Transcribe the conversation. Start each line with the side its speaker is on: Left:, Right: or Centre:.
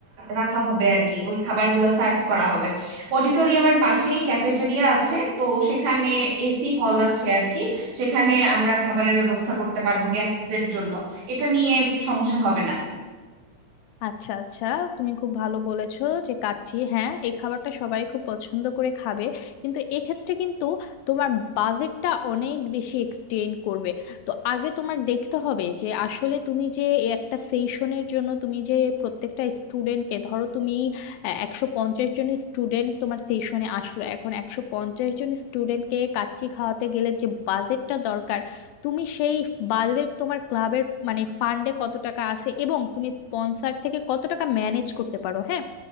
Right: রাখা হবে আর কি ওই খাবারগুলো সার্ভ করা হবে অডিটোরিয়ামের পাশেই ক্যাফেটেরিয়া আছে তো সেখানে এসি হল আছে আর কি সেখানে আমরা খাবারের ব্যবস্থা করতে পারবো গেস্টদের জন্য এটা নিয়ে সমস্যা হবে না
Left: আচ্ছা আচ্ছা তুমি খুব ভালো বলেছো যে কাচ্চি হ্যাঁ এই খাবারটা সবাই খুব পছন্দ করে খাবে কিন্তু এক্ষেত্রে কিন্তু তোমার বাজেটটা অনেক বেশি এক্সটেন্ড করবে তো আগে তোমার দেখতে হবে যে আসলে তুমি যে এই একটা সেশনের জন্য তুমি যে প্রত্যেকটা স্টুডেন্টকে ধরো তুমি একশো পঞ্চাশ জন স্টুডেন্ট তোমার সেশনে আসলো এখন একশো পঞ্চাশ জন স্টুডেন্টকে কাচ্চি খাওয়াতে গেলে যে বাজেটটা দরকার তুমি সেই বাজেট তোমার ক্লাবের মানে ফান্ডে কত টাকা আছে এবং তুমি স্পন্সর থেকে কত টাকা ম্যানেজ করতে পারো হ্যাঁ